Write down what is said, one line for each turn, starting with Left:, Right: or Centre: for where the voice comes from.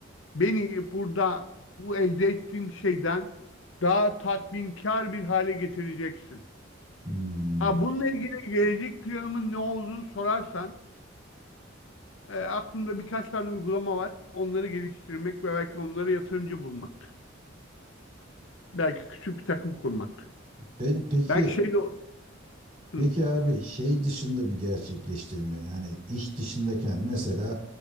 Left: beni burada bu elde ettiğim şeyden daha tatminkar bir hale getireceksin?
Right: hmm.
Left: Ha bununla ilgili gelecek planımın ne olduğunu sorarsan E, aklımda birkaç tane uygulama var. Onları geliştirmek ve belki onlara yatırımcı bulmak. Belki küçük bir takım kurmak.
Right: Pe- Peki
Left: Belki şey de o-
Right: peki
Left: Hı.
Right: abi şey dışında bir gerçekleştirme yani iş dışında kendi mesela